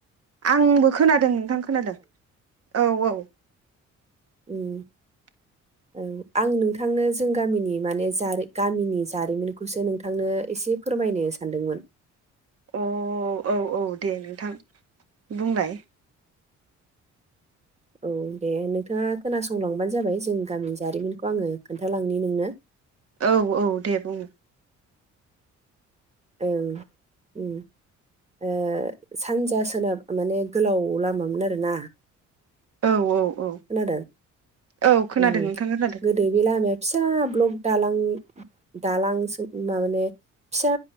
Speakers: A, on the right; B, on the right.
A: आंबो खोनादों नोंथां खोनादों औ औ।
B: ओम।
A: <inaudible>
B: औ आं नोंथांनो जों गामिनि माने गामिनि जारिमिनखौसो नोंथांनो एसे फोरमायनो सानदोंमोन।
A: अ औ औ दे नोंथां बुंलाय।
B: औ दे नोंथाङा खोनासंलांबानो जाबाय जों गामिनि जारिमिनखौ आङो खोन्थालांनि नोंनो।
A: औ औ दे बुं।
B: औ ओम। ओ सानजा सोनाब माने गोलाव लामामोन आरोना।
A: औ औ औ।
B: खोनादों
A: औ खोनादों
B: ओम
A: नोंथां खोनादों
B: गोदो बे लामाया फिसा ब्लक दालां दालां सो माने फिसा